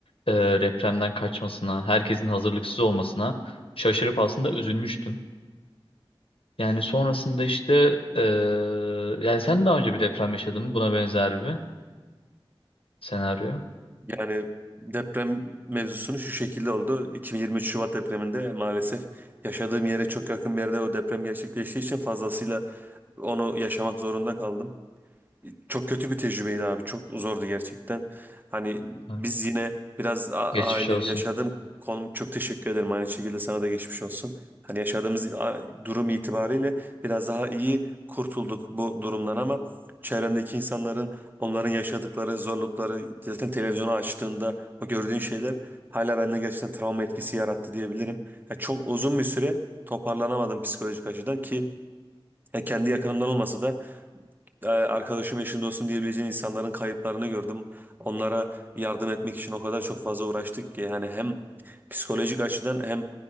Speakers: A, on the left; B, on the right.
A: e, depremden kaçmasına, herkesin hazırlıksız olmasına şaşırıp aslında üzülmüştüm. Yani sonrasında işte e, yani sen daha önce bir deprem yaşadın mı? Buna benzer bir senaryo.
B: Yani deprem mevzusunu şu şekilde oldu. 2023 Şubat depreminde maalesef yaşadığım yere çok yakın bir yerde o deprem gerçekleştiği için fazlasıyla onu yaşamak zorunda kaldım. Çok kötü bir tecrübeydi abi. Çok zordu gerçekten. Hani biz
A: Evet.
B: yine biraz a-
A: Geçmiş
B: ailevi
A: olsun.
B: yaşadığım konum çok teşekkür ederim. Aynı şekilde sana da geçmiş olsun. Hani yaşadığımız a- durum itibariyle biraz daha iyi kurtulduk bu durumdan ama çevremdeki insanların onların yaşadıkları zorlukları zaten televizyonu açtığında o gördüğün şeyler hala bende gerçekten travma etkisi yarattı diyebilirim. Ya çok uzun bir süre toparlanamadım psikolojik açıdan ki ya kendi yakınımdan olmasa da e, arkadaşım, eşim, dostum diyebileceğin insanların kayıplarını gördüm. Onlara yardım etmek için o kadar çok fazla uğraştık ki yani hem psikolojik açıdan hem